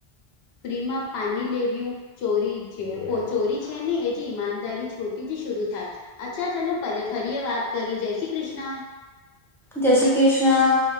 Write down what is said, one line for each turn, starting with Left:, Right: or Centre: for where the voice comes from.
Left: ફ્રીમાં પાની લેવ્યું. ચોરી છે ચોરી છે ને એ જે ઈમાનદારી છોટી જ શરૂ થાય. અચ્છા ચલો ફરીએ વાત કરી જય શ્રી કૃષ્ણ.
Centre: જય શ્રી કૃષ્ણ.